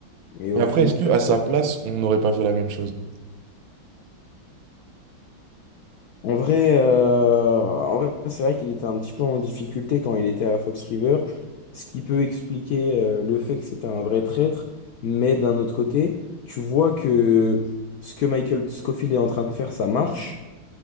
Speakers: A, on the left (about 80°); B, on the right (about 75°).
A: mais
B: Mais
A: au
B: après,
A: final.
B: est-ce que à sa
A: euh,
B: place, on n'aurait pas fait la même chose?
A: En vrai, euh, en vrai, c'est vrai qu'il était un petit peu en difficulté quand il était à Fox River, ce qui peut expliquer euh, le fait que c'était un vrai traître. Mais d'un autre côté, tu vois que ce que Michael Scofield est en train de faire, ça marche.